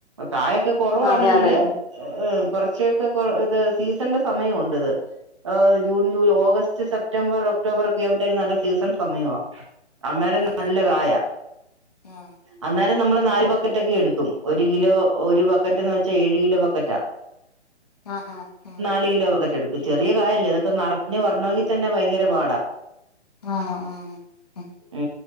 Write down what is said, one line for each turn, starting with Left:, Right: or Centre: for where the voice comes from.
Right: കായൊക്കെ കൊറവാണെങ്കില്
Left: അതെ അതെ
Right: ഏഹ് കൊറച്ചൊക്കെ കൊറ ഇത് സീസന്റെ സമയം ഒണ്ട്ത് ഏഹ് ജൂ ഓഗസ്റ്റ് സെപ്റ്റംബർ ഒക്കെ ഒക്ടോബർ ഒക്കെ ആവ്പോത്തേും നല്ല സീസൺ സമയമാണ് അന്നേര നല്ല
Left: അതെ
Right: കായ
Left: ആഹ്
Right: അന്ന അ നമ്മള് നാല് ബക്കറ്റ ഒക്കെ എടുക്കും ഒരു കിലോ ഒരു ബക്കറ്റ്ന്ന് വെച്ചാ ഏഴ് കിലോ ബക്കറ്റാ
Left: ആഹ ആഹ് ആഹ
Right: ോ എടുക്കും ചെറിയ കായല്ലേ ഇതൊെ നിറഞ്ഞഞ് പറഞ്ഞണമെങ്കിൽ തന്നെ ഭയങ്കര പാടാ
Left: ആഹ ആഹ
Right: ഉ